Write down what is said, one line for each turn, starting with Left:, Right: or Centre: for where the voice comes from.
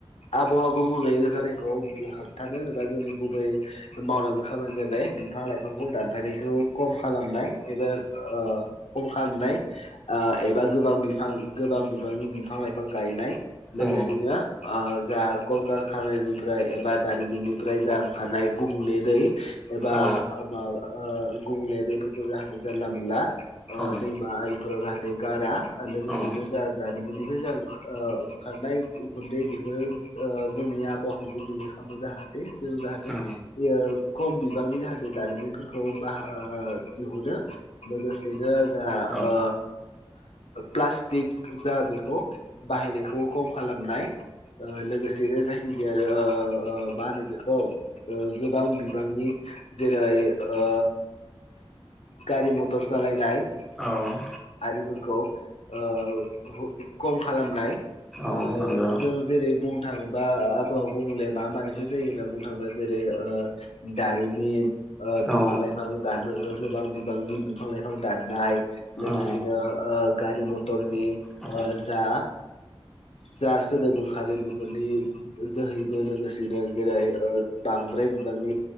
Left: आबहावा गुबुंले जानायखौ होबथानो जेनबा जोंनि गुबै मावनांगौ खामानिबो जाबाय बिफां - लाइफांखौ दानफायनायखौ खम खालामनाय। एबार ओ खम खालामनाय ओ एबा गोबां बिफां गोबां बिफांनि बिफां - लाइफां गायनाय। लोगोसेनो
Centre: औ
Left: ओ जा कलकारखानानिफ्राय एबा दारिमिननिफ्राय जा ओंखारनाय गुबुंले दै एबा
Centre: औ
Left: माबा ओ गुबुंले दैफोरखौ जाहाथे जानला मोनला ओ
Centre: औ
Left: दैमा आरिफोराव जाहाथे गारा आरो लोगोसेनो
Centre: औ
Left: जा जारिमिननिफ्राय जा ओ ओंखारनाय उखुन्दै बेफोरो ओ जोंनि आबहावाखौ गुबुंले खालामनो जाहाथे जों जाहाथे
Centre: औ
Left: <unintelligible> खम बिबांनि जाहाथे दारिमिनफोरखौ बा दिहुनो लोगोसेनो जा
Centre: औ
Left: ओ प्लास्टिक जा बेखौ बाहायनायखौ खम खालामनाय ओ लोगोसेनो जाय आरो ओ मा होनो बेखौ ओ गोबां बिबांनि जेरै ओ गारि - मथर सालायनाय
Centre: औ।
Left: आरिफोरखौ ओ‌ खम खालामनाय
Centre: औ
Left: ओ‌
Centre: नंगौ
Left: जों जेरै बुं बुंनो थाङोबा आबहाव आ माबोरै मा मानिफोर जायो होनना बुंनो थाङोबा जेरै। दारिमिन। बिफां
Centre: औ
Left: लाइफां दान गोबां बिफांनि बिफां लाइफां दाननाय। लोगोसेनो
Centre: औ
Left: गारि मथरनि
Centre: औ
Left: जा जा सोदोब ओंखारो बेफोरनि जोहैबो लोगोसेनो जेरै ओ बांद्राय बिबांनि